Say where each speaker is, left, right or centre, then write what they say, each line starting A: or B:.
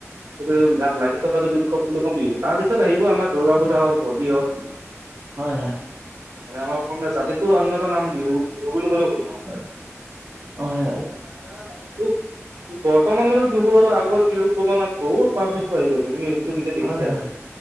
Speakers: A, on the right; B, on the right.
A: যিটো গাত লাগি থকা যদি উৎসৱ বুলি কও বিহু। তাৰ পিছত আহিব আমাৰ দুৰ্গা পূজা হওঁক হলি হওঁক।
B: হয়ঁ হয়ঁ।
A: মানে আমাৰ অসমীয়া জাতিটোৰ অন্যতম নাম বিহু, বিহু বুলি ক'লেও ভুল নহয়।
B: হয়
A: <inaudible>
B: হয়
A: বৰ্তমানৰ বিহু আৰু আগৰ বিহু তুলনাত বহুত পাৰ্থক্য আহি গৈছে। নিজে দেখিছাই
B: হয়ঁ হয়ঁ